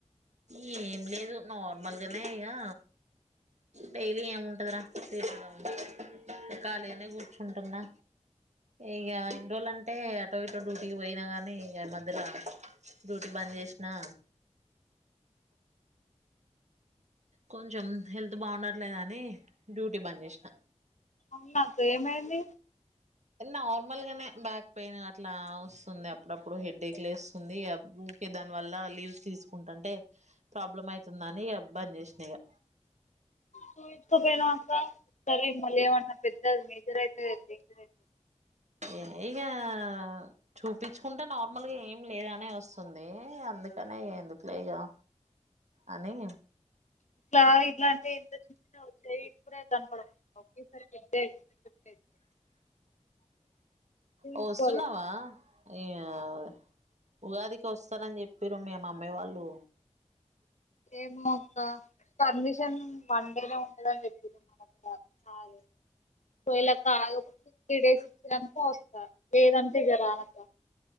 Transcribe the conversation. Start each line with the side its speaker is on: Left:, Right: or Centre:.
Right: యేమ్ లేదు నార్మల్గానే ఇయా డైలీ ఏముంటదరా తినడం ఓ ఖాళీగనే కూర్చుంటున్నా ఇగా ఇన్ రోల్ అంటే ఆటో ఇటో డ్యూటీక్ బోయినగాన్ కానీ ఇగా మధ్యలా డ్యూటీ బాజ్ జేశనా. కొంచెం హెల్త్ బాగుండట్లేదు అని డ్యూటీ బాజ్ జేశనా.
Left: అవునక్ ఏమైంది.
Right: నార్మల్గానే బ్యాక్ పెయిన్ అట్లా వసుంది. అప్పుడప్పుడు హెడేక్ లేసుంది. అబ్బు కే దాన్ వల్ల లీవ్స్ తీసుకుంటంటే ప్రాబ్లం అయితుందని ఇగా బజ్ జేశనా ఇగా.
Left: చూయిచ్చుకోపోయినవ్ అక్క సరే మలేవానా పెద్ దద్ మేజరైతే డేంజరైత్
Right: ఏ ఇగా చూపించుకుంటే నార్మల్గా ఏం లేద్ అనే వసుంది. అందుకనే ఏ ఎందుకులే ఇగా అని
Left: ఇట్లా ఇట్లా అంటే ఎంత చిన్న వొచ్చేయ్ ఇప్పుడే గణపడవ్ ఒకేసారి పెద్దయ్ చోటేయ్ చూయించుకోవాలి
Right: ఓ వసున్నావా ఇయాద్ ఉగాదికి వస్తరన్ జేపిరు. మీ మా మమ్మీ వాళ్ళు
Left: ఏమో కా పర్మిషన్ వన్ డే లో ఉండదని జేపిరు మన గూడా సారు. క్వెలా కాగాపోతే త్రీ డేస్ ఇచ్చిరనుకో వస్తా లేదంటే ఇగా రానక్కా.